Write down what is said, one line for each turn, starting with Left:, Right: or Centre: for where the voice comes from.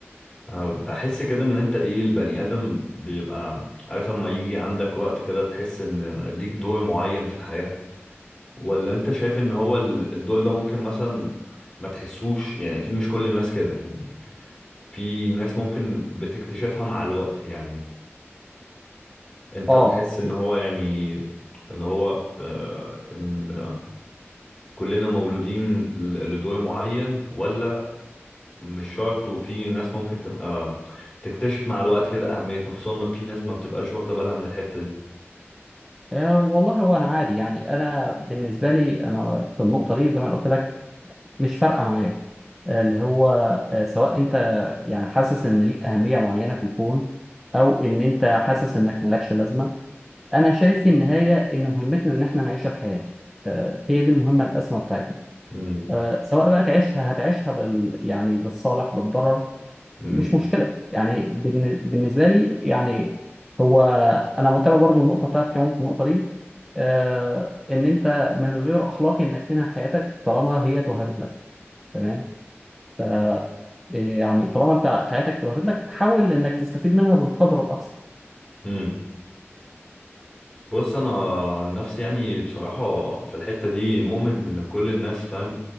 Left: آه، بحس كده إن أنت إيه البني آدم بيبقى عارف أما يجي عندك وقت كده تحس إن ليك دور معين في الحياة ولا انت شايف ان هو ال- الدور ده ممكن مثلا ما تحسوش يعني اكيد مش كل الناس كده يعني في ناس ممكن بتكتشفها مع الوقت يعني انت
Centre: آه
Left: بتحس ان هو يعني اللي هو آه، إن كلنا مولودين ل- لدور معين ولا مش شرط وفي ناس ممكن تبقى تكتشف مع الوقت كده اهميتها خصوصا ان في ناس ما بتبقاش واخدة بالها من الحتة دي
Centre: آه، والله هو أنا عادي يعني أنا بالنسبة لي أنا في النقطة دي زي ما أنا قلت لك مش فارقة معايا آه، اللي هو آه، سواء أنت يعني حاسس إن ليك أهمية معينة في الكون أو إن أنت حاسس إنك مالكش لازمة انا شايف في النهايه ان مهمتنا ان احنا نعيش الحياه آه، هي دي المهمه الاسمى بتاعتنا
Left: امم
Centre: آه، سواء بقى تعيشها هتعيشها بال يعني بالصالح بالضرر
Left: امم
Centre: مش مشكله يعني بالن- بالنسبه لي يعني هو انا متابع برضو النقطه بتاعت كمان في النقطه دي آه، ان انت من غير اخلاقي انك تنهي حياتك طالما هي توهبت لك تمام ف يعني طالما انت حياتك توهبت لك حاول انك تستفيد منها بالقدر الاقصى
Left: امم بص انا عن نفسي يعني بصراحه في الحته دي مؤمن ان كل الناس فاهم